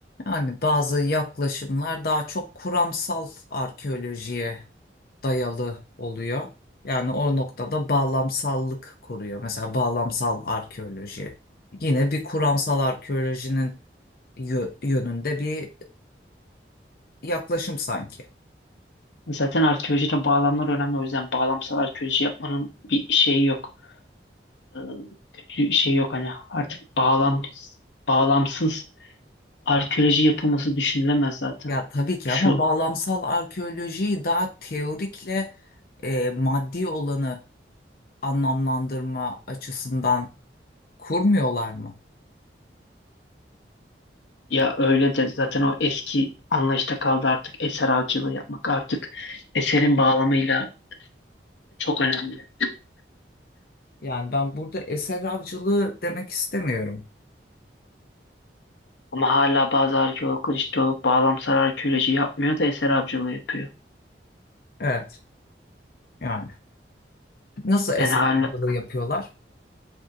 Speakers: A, on the left; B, on the left.
A: Yani bazı yaklaşımlar daha çok kuramsal arkeolojiye dayalı oluyor. Yani o noktada bağlamsallık koruyor. Mesela bağlamsal arkeoloji. Yine bir kuramsal arkeolojinin yö- yönünde bir yaklaşım sanki.
B: Zaten arkeolojide bağlamlar önemli. O yüzden bağlamsal arkeoloji yapmanın bir şeyi yok. Ee, kötü şey yok hani. Artık bağlam, bağlamsız arkeoloji yapılması düşünülemez zaten.
A: Ya tabii ki
B: Şu
A: ama bağlamsal arkeolojiyi daha teorikle e, maddi olanı anlamlandırma açısından kurmuyorlar mı?
B: ya öyle de zaten o eski anlayışta kaldı artık eser avcılığı yapmak. Artık eserin bağlamıyla çok önemli.
A: Yani ben burada eser avcılığı demek istemiyorum.
B: Ama hala bazı arkeologlar işte o bağlamsal arkeoloji yapmıyor da eser avcılığı yapıyor.
A: Evet. Yani nasıl eser
B: Yani hala
A: avcılığı yapıyorlar?